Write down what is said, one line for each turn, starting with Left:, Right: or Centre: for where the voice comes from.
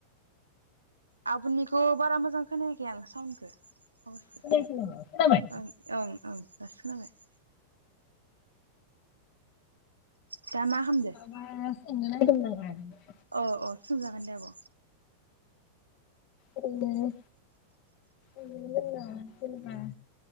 Right: आबुनिखौ बारा मोजां खोनायाखै आं साउनखो? <unintelligible>
Left: खोनायाखै
Right: ओं
Left: नामा खोनाबाय
Right: ओं ओं दासो खोनाबाय। दा मा खामदो?
Left: माबा सोंनो नायदोंमोन आं <unintelligible>
Right: अ अ सोंजागोन दे आब'।
Left: ओरैनो ओरैनो जेनेबा